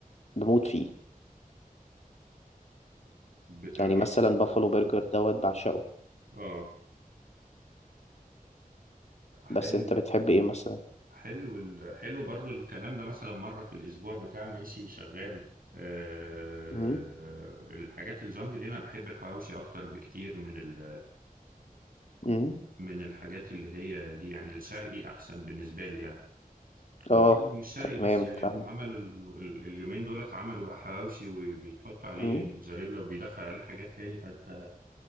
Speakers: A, on the left; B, on the right.
A: بموت فيه
B: بتعمله
A: يعني مثلا بافالو برجر دوت بعشقه
B: اه
A: بس
B: حلو
A: انت بتحب ايه مثلا
B: حلو ال... حلو برضو الكلام ده مثلا مرة في الأسبوع بتاع ماشي شغال أه...
A: امم
B: الحاجات الجونج دي أنا بحب الحواوشي أكتر بكتير من ال...
A: امم
B: من الحاجات اللي هي دي يعني الشرقي أحسن بالنسبة لي يعني وبرضه
A: اه
B: مش شرقي
A: تمام
B: بس يعني عملوا
A: فاهمك
B: ال... ال- اليومين دولت عملوا بقى حواوشي وبيحط عليه
A: امم
B: موتزاريلا وبيدخل عليه حاجات تاني فانت